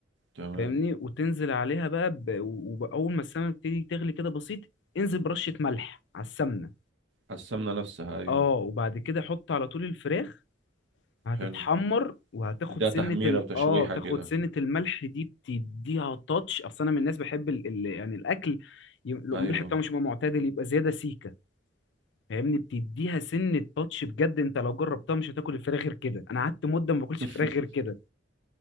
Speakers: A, on the right; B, on the left.
A: تمام
B: فاهمني وتنزل عليها بقى ب... واول ما السمنه تبتدي تغلي كده بسيط انزل برشه ملح على السمنه
A: على السمنه نفسها ايوه
B: اه وبعد كده حط على طول الفراخ هتتحمر
A: حلو
B: وهتاخد
A: ده
B: سنة
A: تحميره
B: ال
A: وتشويحه
B: اه تاخد
A: كده
B: سنة الملح دي تديها تاتش اصل انا من الناس بحب ال... ال... يعني الاكل ي- لو
A: ايوه
B: الملح بتاعه مش يبقى معتدل يبقى زيادة سيكة فاهمني بتديها سنة تاتش بجد انت لو جربتها مش هتاكل الفراخ غير كده انا قعدت مدة ما باكلش
A: <laughs>
B: فراخ غير كده